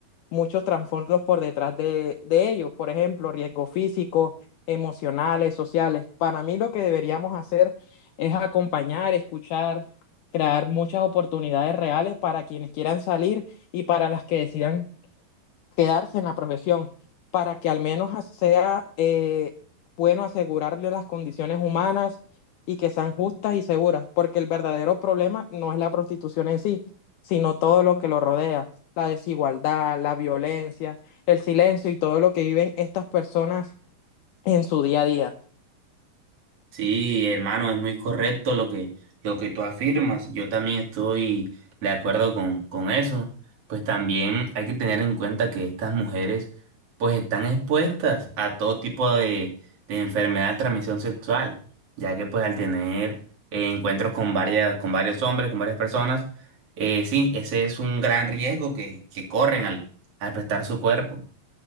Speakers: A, on the left; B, on the right.
A: muchos trasfondos por detrás de, de ellos, por ejemplo, riesgos físicos, emocionales, sociales. Para mí lo que deberíamos hacer es acompañar, escuchar, crear muchas oportunidades reales para quienes quieran salir y para las que decidan quedarse en la profesión para que al menos sea eh, bueno asegurarle las condiciones humanas y que sean justas y seguras, porque el verdadero problema no es la prostitución en sí, sino todo lo que lo rodea, la desigualdad, la violencia, el silencio y todo lo que viven estas personas en su día a día.
B: Sí, hermano, es muy correcto lo que, lo que tú afirmas. Yo también estoy de acuerdo con, con eso. Pues también hay que tener en cuenta que estas mujeres pues están expuestas a todo tipo de, de enfermedad de transmisión sexual, ya que pues al tener eh, encuentros con varias, con varios hombres, con varias personas, eh, sí, ese es un gran riesgo que, que corren al, al prestar su cuerpo.